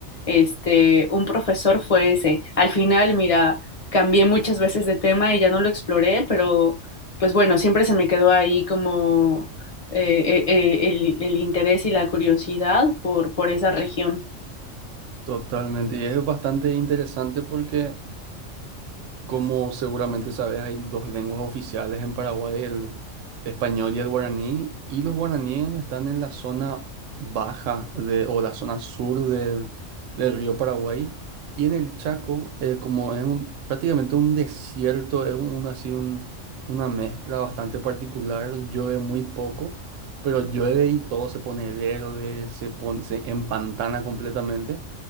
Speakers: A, on the left; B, on the right.
A: este un profesor fue ese. Al final, mira, cambié muchas veces de tema y ya no lo exploré, pero pues bueno, siempre se me quedó ahí como eh, eh, eh, el, el interés y la curiosidad por, por esa región.
B: Totalmente, y es bastante interesante porque, como seguramente sabes, hay dos lenguas oficiales en Paraguay, el español y el guaraní, y los guaraníes están en la zona baja de, o la zona sur del, del río Paraguay, y en el Chaco, eh, como es un, prácticamente un desierto, es un, así un, una mezcla bastante particular, llueve muy poco, pero llueve y todo se pone verde, se pone, se empantana completamente.